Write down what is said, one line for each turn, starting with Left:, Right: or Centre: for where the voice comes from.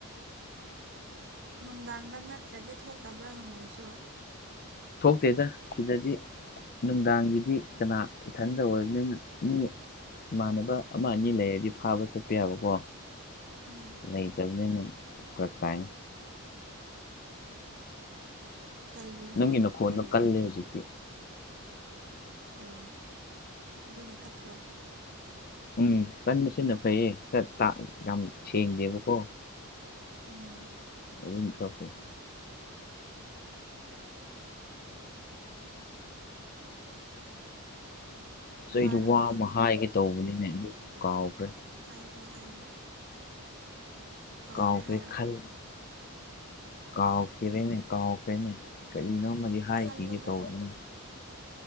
Right: ꯅꯨꯡꯗꯥꯡꯗ ꯅꯠꯇ꯭ꯔꯗꯤ ꯊꯣꯛꯇꯕ꯭ꯔꯥ ꯍꯪꯉꯣꯏꯁꯨ
Left: ꯊꯣꯛꯇꯦꯗ ꯁꯤꯗꯗꯤ ꯅꯨꯡꯗꯥꯡꯒꯤꯗꯤ
Right: ꯑꯣ
Left: ꯀꯅꯥ ꯏꯊꯟꯗ ꯑꯣꯏꯔꯕꯅꯤꯅ ꯃꯤ ꯏꯃꯥꯟꯅꯕ ꯑꯃ ꯑꯅꯤ ꯂꯩꯔꯗꯤ ꯐꯥꯕ ꯆꯠꯄ ꯌꯥꯕꯀꯣ
Right: ꯎꯝ
Left: ꯂꯩꯇꯕꯅꯤꯅ ꯐꯔꯛ ꯇꯥꯏ
Right: ꯀꯩꯒꯤꯅꯣ
Left: ꯅꯪꯒꯤ ꯅꯈꯣꯟꯗꯣ
Right: ꯂꯩ
Left: ꯀꯜꯂꯦ ꯍꯧꯖꯤꯛꯇꯤ
Right: ꯑꯣ ꯑꯗꯨꯅ ꯐꯠꯇ꯭ꯔꯣ
Left: ꯎꯝ ꯀꯟꯕ ꯁꯤꯅꯥ ꯐꯩꯌꯦ ꯈꯔꯥ ꯇꯥ ꯌꯥꯝ ꯁꯦꯡꯗꯦꯕꯀꯣ
Right: ꯎꯝ
Left: ꯍꯧꯅꯤꯛꯅ ꯈꯥꯄꯩ ꯆꯩꯗꯨ
Right: ꯋꯥꯔꯕꯣ
Left: ꯋꯥ ꯑꯃ ꯍꯥꯏꯒꯦ ꯇꯧꯕꯅꯤꯅꯦ ꯑꯗꯨ ꯀꯥꯎꯈ꯭ꯔꯦ
Right: ꯍꯥꯏꯔꯣ ꯍꯥꯏꯔꯣ ꯀꯥꯎꯔꯦ
Left: ꯀꯥꯎꯈ꯭ꯔꯦ
Right: ꯍꯥꯏꯔꯣ
Left: ꯈꯟ ꯀꯥꯎꯈꯦꯔꯦꯅꯦ ꯀꯥꯎꯈ꯭ꯔꯦꯅꯦ ꯀꯔꯤꯅꯣꯝꯃꯗꯤ ꯍꯥꯏꯈꯤꯒꯦ
Right: ꯈꯜꯂꯣꯀꯣ
Left: ꯇꯧꯕꯅꯤ